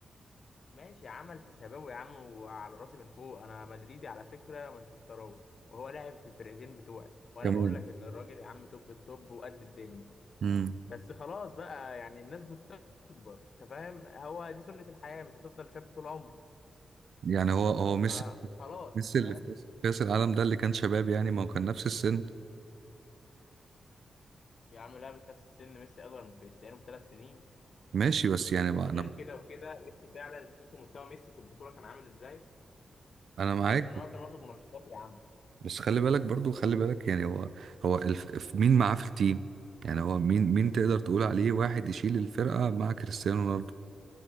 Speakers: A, on the left; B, on the right.
A: ماشي عمل في شبابه يا عم وعلى راسي من فوق انا مدريدي على فكره مانشستراوي وهو لاعب في الفرقتين بتوعي وانا
B: كمان
A: بقول لك ان الراجل يا عم توب التوب وقد الدنيا
B: امم
A: بس خلاص بقى يعني الناس بتكبر انت فاهم هو دي سنة الحياة مش هتفضل شاب طول عمرك
B: يعني هو هو ميسي
A: فخلاص
B: ميسي
A: انت فاهم
B: اللي في كاس كأس العالم ده اللي كان شباب يعني ما هو كان نفس السن
A: يا عم لعب في نفس السن ميسي اصغر من كريستيانو بثلاث سنين
B: ماشي بس يعني ما-
A: غير
B: انا
A: كده وكده ميسي فعلا انت شفت مستوى ميسي في البطولة كان عامل ازاي
B: انا معاك
A: تحس ان هو كان واخد منشطات يا عم
B: بس خلي بالك برضو خلي بالك يعني هو هو الف... الف- مين معاه في التيم يعني هو مين مين تقدر تقول عليه واحد يشيل الفرقة مع كريستيانو رونالدو